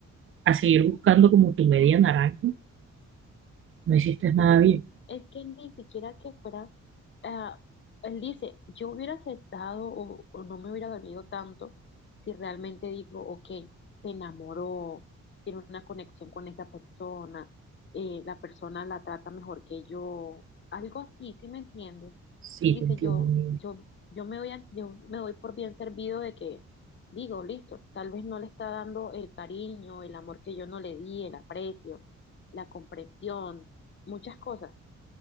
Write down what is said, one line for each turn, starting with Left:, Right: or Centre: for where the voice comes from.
Right: a seguir buscando como tu media naranja, no hiciste nada bien.
Left: Es que ni siquiera que fuera, ah, él dice, yo hubiera aceptado o, o no me hubiera dolido tanto si realmente digo, ok, se enamoró, tiene una conexión con esa persona, eh, la persona la trata mejor que yo, algo así, ¿sí me entiendes?
Right: Sí,
Left: Él dice,
Right: te entiendo
Left: yo,
Right: muy bien.
Left: yo, yo me doy, a- yo me doy por bien servido de que digo, listo, tal vez no le está dando el cariño, el amor que yo no le di, el aprecio, la comprensión, muchas cosas